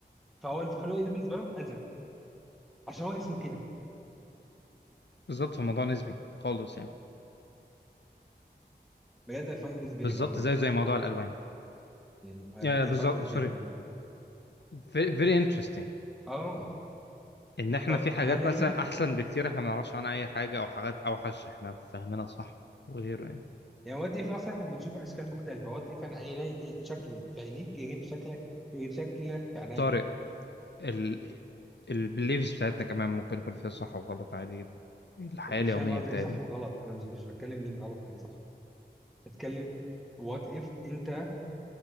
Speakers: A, in the centre; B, on the left (about 70°).
A: فهو الفحلوقي ده بالنسبه لهم ازرق عشان هو اسمه كده
B: بالظبط في موضوع نسبي خالص يعني
A: بجد I find this very
B: بالظبط
A: funny
B: زي زي موضوع الالوان
A: يعني I,
B: آه
A: I
B: بالظبط
A: find this
B: سوري
A: very funny
B: very very interesting
A: اه
B: ان احنا
A: طب
B: في حاجات
A: هل احنا
B: مثلا احسن بكتير احنا ما نعرفش عنها اي حاجة او حاجات اوحش احنا فاهمينها صح وغيره يعني
A: يعني وات اف اصلا احنا بنشوف اشكال مختلفه وات اف انا عيني إيه، شكلي في عينيك غير شكلك غير شكلك في عينيا
B: طارق ال البليفز بتاعتنا كمان ممكن يكون فيها صح وغلط عادي جدا الحياة
A: انت
B: اليومية
A: مش فاهم قصدي
B: بتاعتنا
A: صح وغلط انا مش مش بتكلم مين غلط ومين صح بتكلم وات اف انت